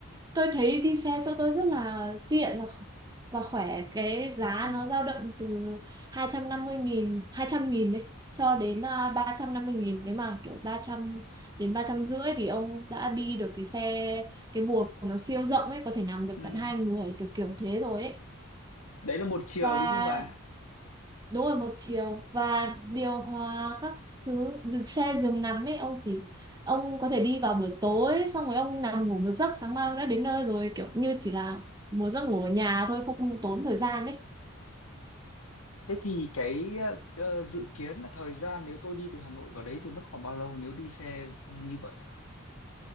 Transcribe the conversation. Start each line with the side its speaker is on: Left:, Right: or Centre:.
Right: tôi thấy đi xe cho tôi rất là tiện và kh- và khỏe cái giá
Left: Ừ.
Right: nó dao động từ hai trăm năm mươi nghìn 200.000 đấy cho đến à, ba trăm năm mươi nghìn nếu mà kiểu 300 đến 300 rưỡi thì ông đã đi được cái xe cái buồng nó siêu rộng ấy có thể nằm được
Left: Ừ.
Right: tận hai người kiểu kiểu thế rồi ấy
Left: Đấy là một chiều
Right: và
Left: đúng không bà?
Right: đúng rồi một chiều và điều hòa các thứ dừng xe giường nằm ấy ông chỉ ông có thể đi vào buổi tối xong rồi ông nằm ngủ một giấc sáng mai ông đã đến nơi rồi kiểu như chỉ là một giấc ngủ ở nhà thôi không tốn thời gian ấy
Left: Thế thì cái ờ, ờ, dự kiến là thời gian nếu tôi đi từ Hà Nội vào đấy thì mất khoảng bao lâu nếu đi xe ờ, như vậy à?